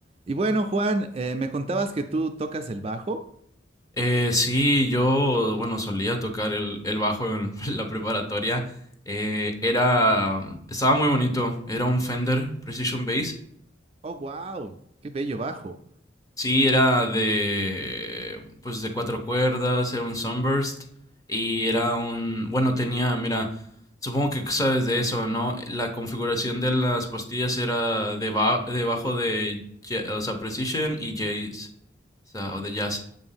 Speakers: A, on the right; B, on the left.
A: Y bueno, Juan, eh, me contabas que tú tocas el bajo.
B: Eh, sí, yo, bueno, solía tocar el, el bajo en <laughs> la preparatoria. Eh, era, estaba muy bonito. Era un Fender Precision Bass.
A: Oh, wow, qué bello bajo.
B: Sí, era de, pues de cuatro cuerdas, era un Sunburst y era un, bueno, tenía, mira, supongo que sabes de eso, ¿no? La configuración de las pastillas era deba debajo de, ja- o sea, Precision y Jazz, o sea, o de Jazz.